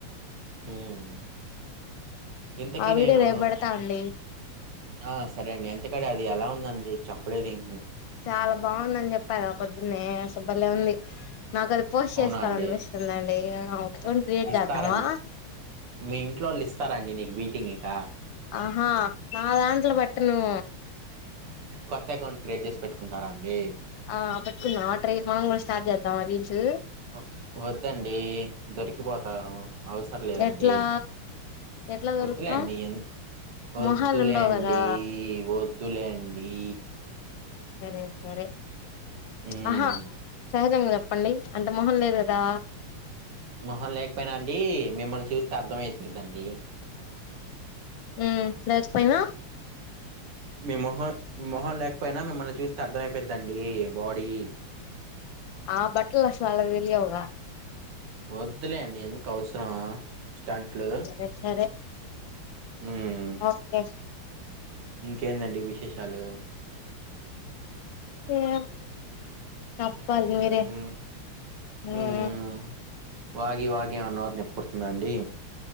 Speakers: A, on the right; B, on the left.
A: హ్మ్ ఇంతకీ
B: ఆ వీడియో
A: నేను
B: రేపు పెడతా అండి
A: ఆ సరే అండి ఇంతకీ ఆడ అది ఎలా ఉందండి చెప్పలేదు ఇం
B: చాలా బాగుందని చెప్పగా పొద్దున్నే అసలు భలే ఉంది నాకు అది పోస్ట్
A: అవునా
B: చేసుకోవాలినిపిస్తుందండి
A: అండి
B: ఒక అకౌంట్
A: ఆ,
B: క్రియేట్
A: ఇస్తారండి
B: చేద్దామా
A: మీ ఇంట్లో వాళ్ళు ఇస్తారండి నీకు బీటింగ్ ఇక
B: ఆహా నా దాంట్లో పెట్టను
A: కొత్త అకౌంట్ క్రియేట్ చేసి పెట్టుకుంటారా అండి
B: ఆ పెట్టుకుందామా ట్రై మనం కూడా స్టార్ట్ చేద్దామా రీల్స్
A: వ- వద్దండి దొరికిపోతాము అవసరం లేదండి
B: ఎట్లా ఎట్లా దొరుకుతాం
A: వద్దులేండి ఎం వద్దులేండి
B: మొహాలు ఉండవు కదా
A: వద్ వద్దులేండి
B: సరే సరే
A: మ్మ్
B: ఆహా సహజంగా చెప్ చెప్పండి అంత మొహం లేదు కదా
A: మొహం లేకపోయినా అండి మిమ్మల్ని చూస్తే అర్ధం అయిద్దండి
B: హ్మ్ లేచిపోయినా
A: మీ మొహం మీ మొహం లేకపోయినా మిమ్మల్ని చూస్తే అర్థం అయిపోయిద్దండి బాడీ <inaudible>
B: ఆ బట్టలు అసలు ఆళ్ళకు తెలియవుగా
A: వద్దులేండి ఎందుకు అవసరమా స్టంట్లు
B: సరే సరే
A: ఉమ్
B: ఓకే
A: ఇంకేందండి విశేషాలు
B: ఉమ్ చెప్పాలి మీరే
A: మ్మ్
B: ఉమ్
A: మ్మ్ వాగి వాగి ఏమన్న నొప్పి పుడుతుందా అండి